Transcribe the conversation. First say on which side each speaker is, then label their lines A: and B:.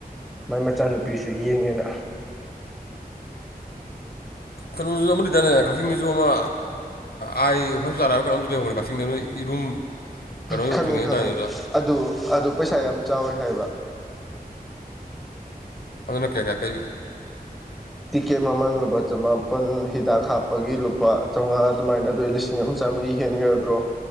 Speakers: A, in the centre; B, on the left.
A: ꯃꯥꯏ ꯃꯆꯥꯅꯨꯄꯤꯁꯨ ꯌꯦꯡꯉꯦꯅ
B: ꯀꯩꯅꯣꯁꯨ ꯑꯃ ꯂꯩꯇꯥꯅꯦ ꯀꯛꯆꯤꯡꯒꯤꯁꯨ ꯑꯃ ꯑꯥꯏ ꯍꯣꯁꯄꯤꯇꯥꯜ ꯀꯔꯝꯇ ꯂꯩꯧꯕꯣ ꯀꯛꯆꯤꯡꯗ ꯅꯣꯏ ꯏꯔꯨꯝ ꯀꯩꯅꯣ ꯌꯧꯗ꯭ꯔꯤꯉꯩꯗꯗꯥꯏ
A: ꯈꯪꯉꯦ ꯈꯪꯉꯦ
B: ꯑꯗꯨꯗ
A: ꯑꯗꯨ ꯑꯗꯨ ꯄꯩꯁꯥ ꯌꯥꯝ ꯆꯥꯎꯋꯤ ꯍꯥꯏꯕ
B: ꯑꯗꯨꯅ ꯀꯌꯥ ꯀꯌꯥ ꯀꯔꯤ
A: ꯇꯤꯛꯀꯦꯠ ꯃꯃꯜ ꯂꯨꯄꯥ ꯆꯃꯥꯄꯜ ꯍꯤꯗꯥꯛ ꯍꯥꯞꯄꯒꯤ ꯂꯨꯄꯥ ꯆꯥꯝꯃꯉꯥ ꯑꯗꯨꯃꯥꯏꯅ ꯑꯗꯨ ꯂꯤꯁꯤꯡ ꯂꯤꯁꯤꯡ ꯑꯃ ꯆꯥꯝꯃꯔꯤ ꯍꯦꯟꯒ꯭ꯔꯗ꯭ꯔꯣ